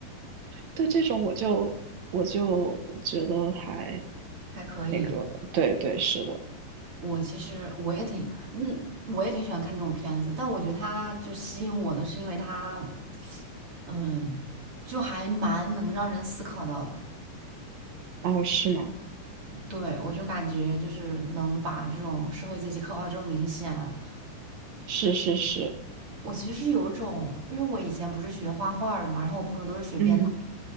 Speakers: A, on the right; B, on the right.
A: 对这种我就我就觉得还
B: <laughs> 还可以。
A: 那个，对对是的，
B: 我其实我也挺，嗯，我也挺喜欢看这种片子，但我觉得它就吸引我的是因为它，嗯，就还蛮能让人思考到的。
A: 哦是吗？
B: 对，我就感觉就是能把这种社会阶级刻画的这么明显啊。
A: 是是是，
B: 我其实是有种，因为我以前不是学画画的嘛，然后我朋友都是学编。
A: 嗯
B: 导。